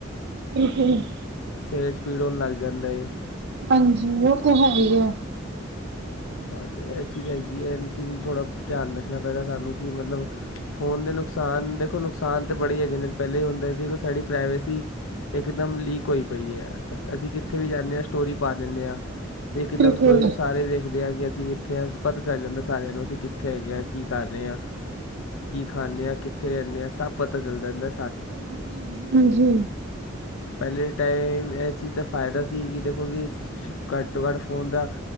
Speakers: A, on the right (about 55°); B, on the left (about 75°).
A: <inaudible>
B: ਸਿਰ 'ਚ ਪੀੜ ਹੋਣ ਲੱਗ ਜਾਂਦਾ ਏ।
A: ਹਾਂਜੀ, ਉਹ ਤੇ ਹੈ ਈ ਐ।
B: ਹਾਂ ਤੇ, ਇਹ ਚੀਜ਼ ਹੈਗੀ ਐਂ, ਇਹ ਚੀਜ਼ ਨੂੰ ਥੋੜ੍ਹਾ ਧਿਆਨ ਰੱਖਣਾ ਪਏਗਾ ਸਾਨੂੰ, ਕਿ ਮਤਲਬ ਫੋਨ ਦੇ ਨੁਕਸਾਨ ਦੇਖੋਂ ਨੁਕਸਾਨ ਤਾਂ ਬੜੇ ਹੈਗੇ ਨੇ, ਪਹਿਲੇ ਹੁੰਦੇ ਸੀ ਕਿ ਸਾਡੀ ਪ੍ਰਾਈਵੇਸੀ ਇਕਦਮ ਲੀਕ ਹੋਈ ਪਈ ਐ, ਅਸੀਂ ਕਿੱਥੇ ਵੀ ਜਾਂਨੇ ਆ, ਸਟੋਰੀ ਪਾ ਦਿੰਨੇ ਆ। ਇੱਕਦਮ
A: ਬਿਲਕੁਲ
B: ਸਟੋਰੀ ਨੂੰ ਸਾਰੇ ਵੇਖਦੇ ਆ ਕਿ ਅਸੀਂ ਇੱਥੇ ਐ, ਪਤਾ ਚੱਲ ਜਾਂਦਾ ਸਾਰਿਆਂ ਨੂੰ ਅਸੀਂ ਕਿੱਥੇ ਹੈਗੇ ਐ। ਕੀ ਕਰ ਰਹੇ ਆ, ਕੀ ਖਾਂਦੇ ਆ, ਕਿੱਥੇ ਰਹਿੰਦੇ ਐ, ਸਭ ਪਤਾ ਚੱਲਦਾ ਰਹਿੰਦਾ
A: ਹਾਂਜੀ, ਹਾਂਜੀ।
B: ਪਹਿਲੇ ਟਾਈਮ, ਇਹ ਚੀਜ਼ ਦਾ ਫ਼ਾਇਦਾ ਸੀ, ਕਿ ਦੇਖੋ ਕਿ ਘੱਟ ਤੋਂ ਘੱਟ ਫੋਨ ਦਾ,